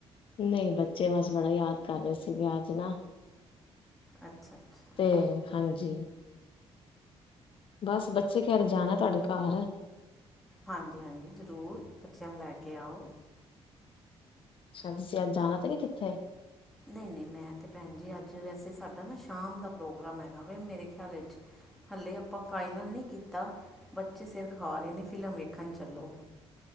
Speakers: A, on the left (about 55°); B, in the centre.
A: ਨਹੀਂ ਬੱਚੇ ਬਸ ਬੜਾ ਯਾਦ ਕਰ ਰਹੇ ਸੀਗੇ ਅੱਜ ਨਾ
B: ਅੱਛਾ ਅੱਛਾ
A: ਤੇ ਹਾਂਜੀ। ਬਸ ਬੱਚੇ ਕਹਿ ਰਹੇ ਜਾਣਾ ਤੁਹਾਡੇ ਘਾਰ
B: ਹਾਂਜੀ-ਹਾਂਜੀ ਜ਼ਰੂਰ ਬੱਚਿਆਂ ਨੂੰ ਲੈ ਕੇ ਆਓ!
A: ਅਛਾ। ਤੁਸੀਂ ਅੱਜ ਜਾਣਾ ਤੇ ਨੀ ਕਿੱਥੇ
B: ਨਹੀਂ ਨਹੀਂ ਮੈਂ ਤੇ ਭੈਣ ਜੀ ਅੱਜ ਵੈਸੇ ਸਾਡਾ ਨਾ ਸ਼ਾਮ ਦਾ ਪ੍ਰੋਗਰਾਮ ਹੈਗਾ ਵ ਮੇਰੇ ਖਿਆਲ ਵਿੱਚ ਹਲੇੇ ਆਪਾਂ ਫਾਈਨਲ ਨਹੀਂ ਕੀਤਾ। ਬੱਚੇ ਸਿਰ ਖਾ ਰਹੇ ਨੇ ਫਿਲਮ ਵੇਖਣ ਚੱਲੋ